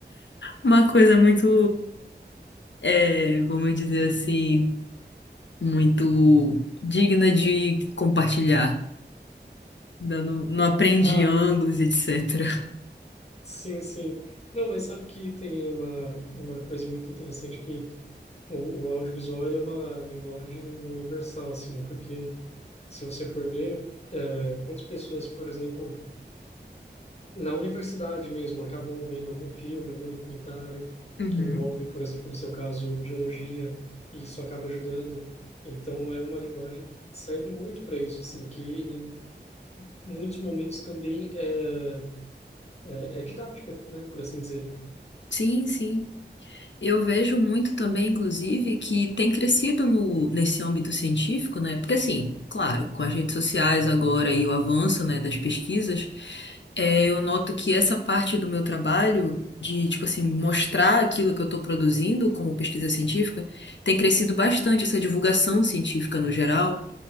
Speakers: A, on the left; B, on the left.
A: uma coisa muito, é, vamos dizer assim, muito digna de compartilhar. Ainda não, não aprendi
B: Ah,
A: ângulos, etc.
B: sim, sim. Não, mas sabe que tem uma, uma coisa muito interessante que o, o audiovisual ele é uma linguagem universal, assim, né? Porque se você for ver, é, quantas pessoas, por exemplo, na universidade mesmo, acabam vendo algum filme, algum documentário
A: Uhum.
B: que envolve, por exemplo, no seu caso, biologia, e isso acaba ajudando. Então, é uma linguagem que serve muito para isso, assim, que em muitos momentos também é, é, é didática, né, por assim dizer.
A: Sim, sim. Eu vejo muito também, inclusive, que tem crescido no, nesse âmbito científico, né? Porque, assim, claro, com as redes sociais agora e o avanço, né, das pesquisas, eh, eu noto que essa parte do meu trabalho, de, tipo assim, mostrar aquilo que eu estou produzindo como pesquisa científica, tem crescido bastante, essa divulgação científica no geral.